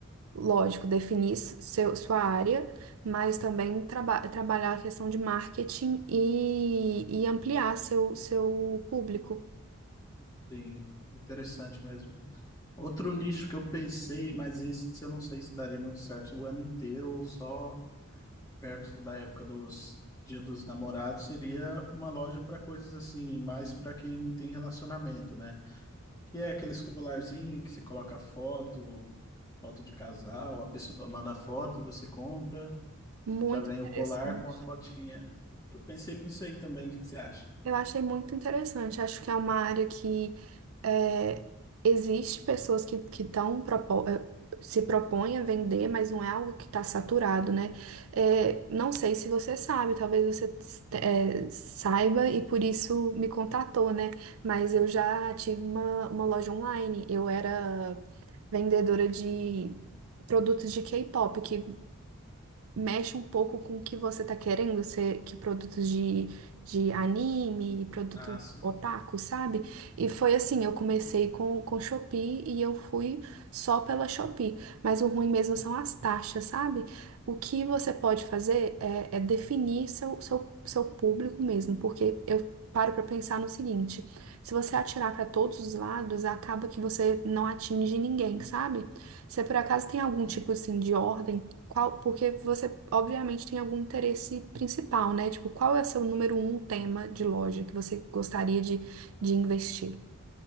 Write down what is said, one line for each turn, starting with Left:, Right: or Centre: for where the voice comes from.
Right: lógico, definir s- seu, sua área, mas também traba- trabalhar a questão de marketing e, e ampliar seu, seu público.
Left: Sim, interessante mesmo. Outro nicho que eu pensei, mas esse eu não sei se daria muito certo o ano inteiro ou só perto da época dos Dia dos Namorados, seria uma loja para coisas assim, mais para quem tem relacionamento, né? Que é aquele colarzinho que você coloca foto, foto de casal, a pessoa manda foto e você compra,
Right: Muito
Left: já vem o
Right: interessante.
Left: colar com a fotinha. Eu pensei nisso aí também, o que que você acha?
Right: Eu achei muito interessante. Acho que é uma área que é, existe pessoas que que estão se propõem a vender, mas não é algo que está saturado, né? É, não sei se você sabe, talvez você é, saiba e por isso me contatou, né? Mas eu já tive uma, uma loja online. Eu era vendedora de produtos de K-pop, que mexe um pouco com o que você tá querendo, ser, que produtos de, de anime, produtos
Left: Ah, sim.
Right: otaku, sabe? E foi assim, eu comecei com, com Shopee e eu fui só pela Shopee. Mas o ruim mesmo são as taxas, sabe? O que você pode fazer é, é definir seu, seu, seu público mesmo, porque eu paro pra pensar no seguinte, se você atirar pra todos os lados, acaba que você não atinge ninguém, sabe? Se por acaso tem algum tipo assim de ordem qual, porque você, obviamente, tem algum interesse principal, né? Tipo, qual é o seu número um tema de loja que você gostaria de, de investir?